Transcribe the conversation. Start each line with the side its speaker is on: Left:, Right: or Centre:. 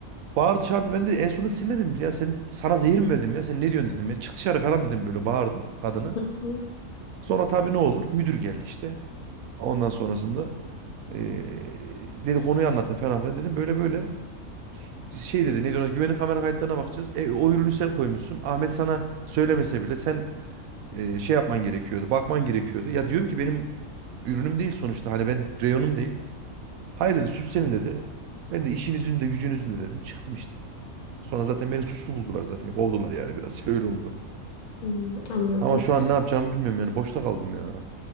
Right: bağırdı çağırdı. Ben de en sonunda sinirlendim. Ya sen, sana zehir mi verdim ya? Sen ne diyorsun dedim ya. Çık dışarı falan dedim böyle bağırdım kadına.
Left: Hı hı.
Right: Sonra tabii ne olur? Müdür geldi işte. Ondan sonrasında e, dedi konuyu anlatın falan filan dedim. Böyle böyle. şey dedi neydi ona güvenlik kamera kayıtlarına bakacağız. E, o ürünü sen koymuşsun. Ahmet sana söylemese bile sen e, şey yapman gerekiyordu. Bakman gerekiyordu. Ya diyorum ki benim ürünüm değil sonuçta. Hani ben reyonum değil. Hayır dedi suç senin dedi. Ben de işinizin de gücünüzün de dedim. Çıktım işte. Sonra zaten beni suçlu buldular zaten. Kovdular yani biraz. <laughs> Öyle oldu.
Left: Hmm, anladım.
Right: Ama şu an ne yapacağımı bilmiyorum yani. Boşta kaldım ya.